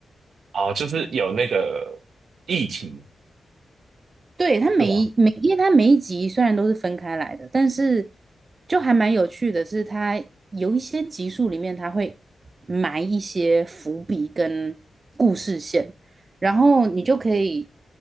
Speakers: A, on the right; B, on the right.
A: 哦，就是有那个议题
B: 对，它每一每，
A: 是吗？
B: 因为它每一集虽然都是分开来的，但是就还蛮有趣的是，它有一些集数里面它会埋一些伏笔跟故事线，然后你就可以